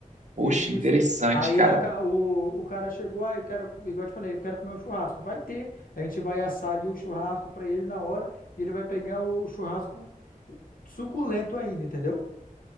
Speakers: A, on the right (about 55°); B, on the left (about 80°).
A: Poxa,
B: Isso,
A: interessante,
B: isso, isso. Aí
A: cara.
B: a ca- o, o cara chegou, aí eu quero, igual eu te falei, eu quero comer um churrasco. Vai ter, a gente vai assar ali o churrasco pra ele na hora e ele vai pegar o churrasco suculento ainda, entendeu?